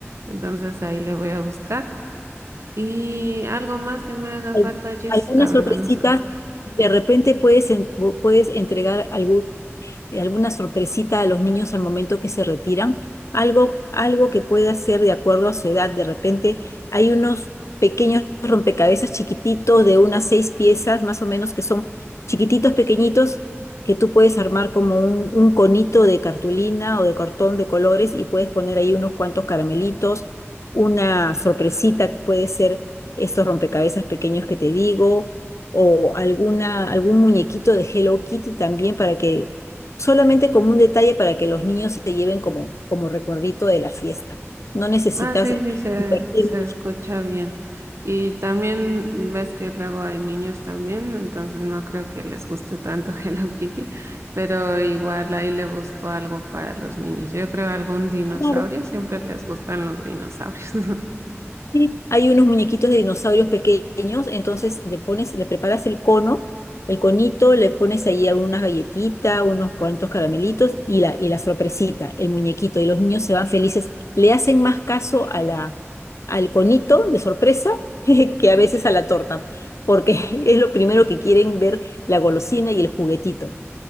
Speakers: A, on the right (about 70°); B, on the left (about 75°).
A: entonces ahí le voy a buscar. Y algo más que me haga
B: al-
A: falta, Jess,
B: algunas
A: la verdad
B: sorpresitas,
A: no se me ocurre.
B: de repente puedes, en- puedes entregar algún eh, alguna sorpresita a los niños al momento que se retiran, algo, algo que pueda ser de acuerdo a su edad. De repente hay unos pequeños rompecabezas chiquititos de unas seis piezas más o menos que son chiquititos, pequeñitos, que tú puedes armar como un, un conito de cartulina o de cartón de colores y puedes poner ahí unos cuantos caramelitos, una sorpresita puede ser estos rompecabezas pequeños que te digo, o alguna, algún muñequito de Hello Kitty también para que solamente como un detalle para que los niños se lleven como, como recuerdito de la fiesta. No necesitas
A: Ah, sí, sí, se,
B: invertir
A: se
B: mucho.
A: escucha bien. Y también ves que luego hay niños también, entonces no creo que les guste tanto <laughs> Hello Kitty, pero igual ahí le busco algo para los niños. Yo creo algún dinosaurio,
B: Claro,
A: siempre les gustan los dinosaurios. <laughs>
B: sí. Hay unos muñequitos de dinosaurios pequeños, entonces le pones, le preparas el cono, el conito, le pones ahí algunas galletitas, unos cuantos caramelitos y la, y la sorpresita, el muñequito, y los niños se van felices. Le hacen más caso a la, al conito de sorpresa <laughs> que a veces a la torta, porque <laughs> es lo primero que quieren ver la golosina y el juguetito.